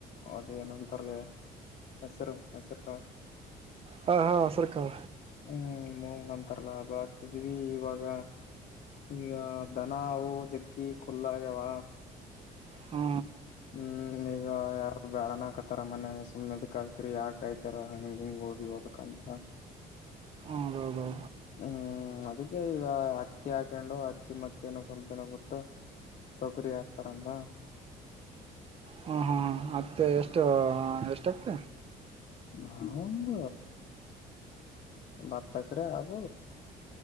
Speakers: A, on the left; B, on the right.
A: ಅದೇಏನಂತಾರಲೇ ಹೆಸರು ಹೆಸರು ಕಾ
B: ಹಾಂ ಹಾಂ ಸರ್ಕಾರ
A: ಹ್ಮ್ ಮೂಂಗ ಅಂತಾರಲ್ಲಾ ಬ ಆಗ್ತಿದೀವಿ ಇವಾಗ ಈಗ ದನ ಅವು ಜಗ್ಗಿ ಖುಲ್ಲಗ್ಯಾವ
B: ಹ್ಮ
A: ಹ್ಮ್ ಈಗ ಯಾರು ಬ್ಯಾಳನಕತ್ತಾರ ಮನೆ ಸುಮ್ಮ್ನೆದಕ್ ಆತಿರಿ ಯಾಕ ಆಯ್ತರ ಹಂಗ ಹಿಂಗ್ ಹೋಗಿ ದಕ್ಂತ
B: ಹದೌದೌ
A: ಹ್ಮ್ ಅದಕ್ಕೆ ಈಗ ಹತ್ತಿ ಹಾಕಂಡು ಹತ್ತಿ ಮತ್ತ ನೋ ಸ್ವಲ್ಪ ದಿನ ಬಿಟ್ಟು ತೊಗರಿ ಹಾಕ್ತಾರಂದ
B: ಹ ಹಾ ಮತ್ತೆ ಎಷ್ಟ ಎಷ್ಟ ಆಗ್ತ
A: ಹ ದತಕ ಹಬ